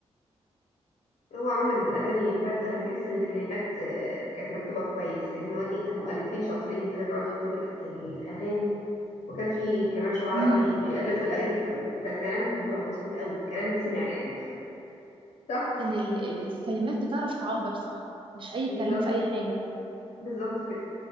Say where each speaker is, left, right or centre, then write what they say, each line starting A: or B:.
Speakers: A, on the left; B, on the right.
A: هو عموما الأغاني بتاعت زمان تحس إن الكلمات آه، كانت مكتوبة كويس يعني هو إيه كان مؤلفين شاطرين كده بيقعدوا يكتبوا الأ- الأغاني وكان في كمان شعراء
B: امم
A: بي- بيألفوا الأغاني فال- فالكلام كان بيبقى مظبوط قوي الكلام يتسمع يعني صح
B: كان ال ال الكلمات بتعرف تعبر صح مش أي
A: بالظبط
B: كلام في أي حاجة
A: بالظبط كده